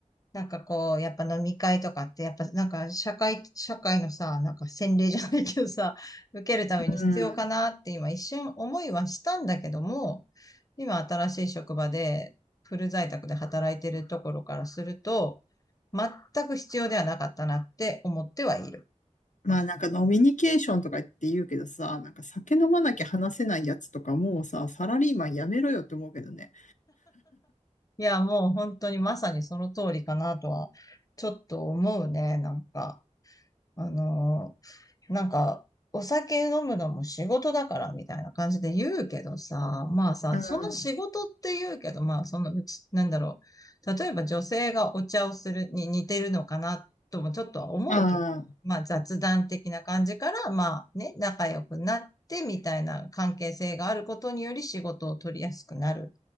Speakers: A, on the left; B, on the left.
A: なんかこう、やっぱ飲み会とかって、やっぱなんか社会、社会のさ、なんか洗礼じゃないけどさ、<laughs> 受けるために必要かなって今一瞬思いはしたんだけども、
B: うん。
A: 今新しい職場でフル在宅で働いてるところからすると、全く必要ではなかったなって思ってはいる。
B: まあなんか飲みニケーションとか言って言うけどさ、なんか酒飲まなきゃ話せないやつとかもうさ、サラリーマンやめろよって思うけどね。
A: いや、もう本当にまさにその通りかなとは、ちょっと思うね、なんか。あのーなんか、お酒飲むのも仕事だからみたいな感じで言うけどさ、まあさ、
B: うん。
A: その仕事って言うけど、
B: あ
A: まあそのうち、なんだろう。例えば女性がお茶をするに似てるのかなともちょっとは思うけど、
B: あ、
A: まあ雑談的な感じから、まあね、仲良くなってみたいな関係性があることにより仕事を取りやすくなる